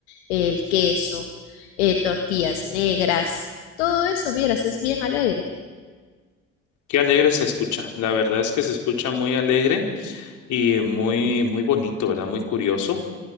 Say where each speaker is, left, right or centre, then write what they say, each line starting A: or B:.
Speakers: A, on the left; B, on the left.
A: el queso, eh, tortillas negras. Todo eso, vieras, es bien alegre.
B: Qué alegre se escucha. La verdad es que se escucha muy alegre y muy, muy bonito, ¿verdad? Muy curioso.